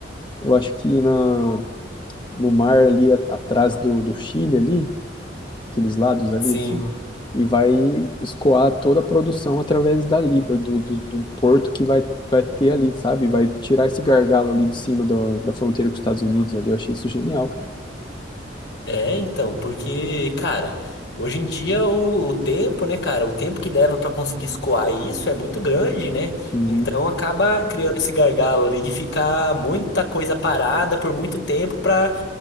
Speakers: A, on the left (about 25°); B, on the left (about 75°).
A: eu acho que na, no mar ali a- atrás do, do Chile ali, aqueles lados ali,
B: Sim,
A: assim, e vai escoar toda a produção através dali, do, do, do do porto que vai, vai ter ali, sabe? Vai tirar esse gargalo ali de cima do, da fronteira com os Estados Unidos ali. Eu achei isso genial, cara.
B: é então, porque, cara, hoje em dia o, o tempo, né, cara, o tempo que leva pra conseguir escoar isso é muito grande, né?
A: E-
B: Então acaba criando esse gargalo ali de ficar muita coisa parada por muito tempo pra